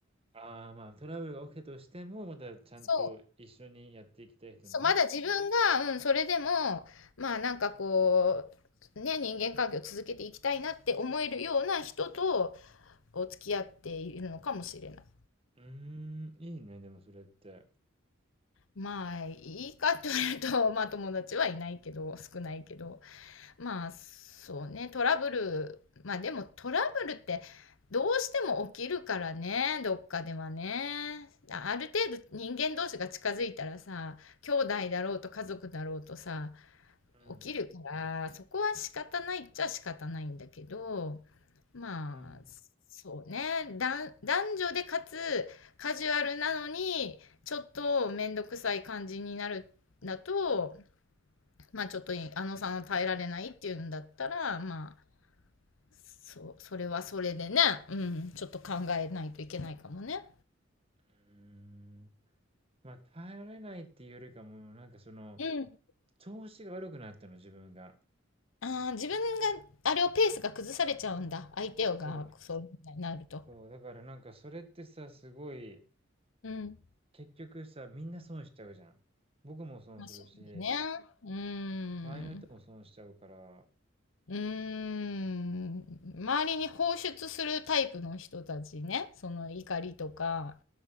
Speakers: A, on the right; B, on the left.
A: ああ、まあ、トラブルが起きたとしても、またちゃんと一緒にやっていきたい人ね。
B: そう。そう、まだ自分が、うん、それでも、まあなんかこう、ね、人間関係を続けていきたいなって思えるような人とお付き合っているのかもしれない。
A: うーん、いいね、でもそれって。
B: まあ、いいかというと、<laughs> まあ友達はいないけど、少ないけど、まあそうね、トラブル、まあでもトラブルってどうしても起きるからね、どっかではね。あある程度人間同士が近づいたらさ、兄弟だろうと家族だろうとさ、
A: うん。
B: 起きるから、そこは仕方ないっちゃ仕方ないんだけど、まあ、
A: うん。
B: そうね、だん男女でかつカジュアルなのに、ちょっと面倒くさい感じになるんだと、まあちょっといあのさんは耐えられないっていうんだったら、まあ、そう、それはそれでね、うん、ちょっと考えないといけないかもね。
A: うーん。まあ、耐えられないっていうよりかも、なんかその
B: うん。
A: 調子が悪くなったの、自分が。
B: ああ、自分が、あれをペースが崩されちゃうんだ。相手をが、
A: そう。
B: そういうふうになると。
A: そう。だからなんかそれってさ、すごい、
B: うん。
A: 結局さ、みんな損しちゃうじゃん。僕も損するし、
B: まあ、そうだね。うーん。
A: 周りの人も損しちゃうから、
B: うーん。周りに放出するタイプの人たちね。その怒りとか、